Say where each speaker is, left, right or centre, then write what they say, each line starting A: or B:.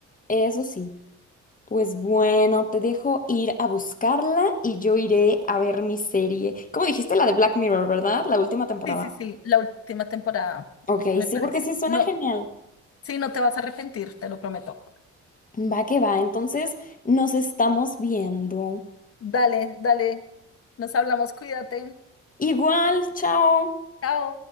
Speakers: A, on the left; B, on the left.
A: eso sí. Pues bueno, te dejo ir a buscarla y yo iré a ver mi serie. Como dijiste, la de Black Mirror, ¿verdad? La última temporada.
B: Sí, sí, sí, la última temporada,
A: Ok,
B: me
A: sí,
B: parece.
A: porque sí suena
B: No,
A: genial.
B: sí, no te vas a arrepentir, te lo prometo.
A: Va que va, entonces nos estamos viendo.
B: Dale, dale. Nos hablamos, cuídate.
A: Igual, chao.
B: Chao.